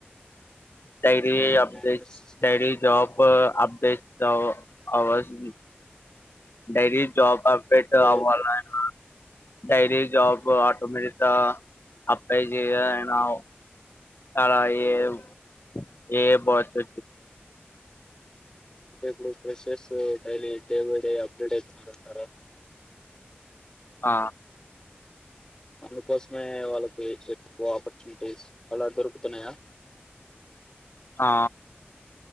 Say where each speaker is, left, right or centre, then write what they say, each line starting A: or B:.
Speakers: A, on the left (about 65°); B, on the left (about 20°).
A: డైరీ అప్డేట్స్
B: ప్రెస్
A: డైరీ జాబ్ అప్డేట్స్ అవస్ డైలీ జాబ్ అప్డేట్
B: అంటే
A: అవాలానా డైలీ జాబ్ ఆటోమేటిక్ అప్లై చేయానా అలా ఏవ్ ఏ ఫాస్ట్
B: అ ఇప్పుడు freshers daily day by day update అవుతున్నారంటారా
A: ఆ
B: అందుకోసమే వాళ్ళకి ఎక్కువ ఆపర్చునిటీస్ అలా దొరుకుతున్నాయా <inaudible>
A: ఆ